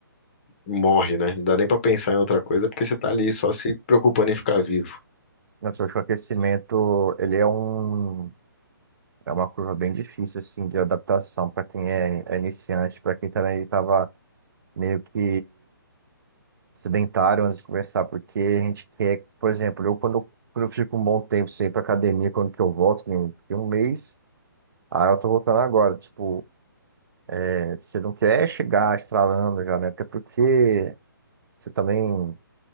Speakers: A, on the left; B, on the right.
A: morre, né? Não dá nem pra pensar em outra coisa porque você tá ali só se preocupando em ficar vivo.
B: Nossa, eu que o aquecimento, ele é um, é uma curva bem difícil, assim, de adaptação para quem é, é iniciante, para quem também estava meio que sedentário antes de começar, porque a gente quer, por exemplo, eu quando, quando eu fico um bom tempo sem ir para academia, quando que eu volto, tem um tem um mês, aí eu tô voltando agora, tipo, é, você não quer chegar estralando já, né? Até porque você também